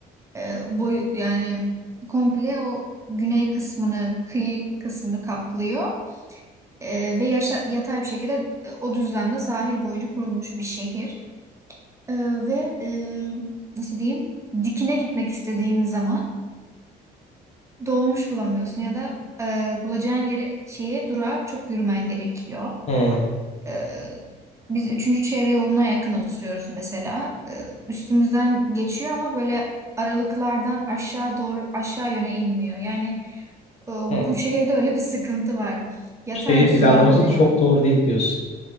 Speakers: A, on the right; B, on the left.
A: e, boy yani komple o güney kısmını, kıyı kısmını kaplıyor E, ve yaşa- yatay bir şekilde e, o düzlemde sahil boyunca kurulmuş bir şehir. E, ve e, nasıl diyeyim? Dikine gitmek istediğin zaman dolmuş bulamıyorsun ya da e, bulacağın yere şeye durağa çok yürümen gerekiyor.
B: Hı
A: Ee, biz üçüncü çevre yoluna yakın oturuyoruz mesela. Ee, üstümüzden geçiyor ama böyle aralıklardan aşağı doğru aşağı yöne inmiyor. Yani e, bu
B: hı.
A: şehirde öyle bir sıkıntı var. Yatay
B: Şehir
A: düzlemde
B: planlaması çok doğru değil diyorsun.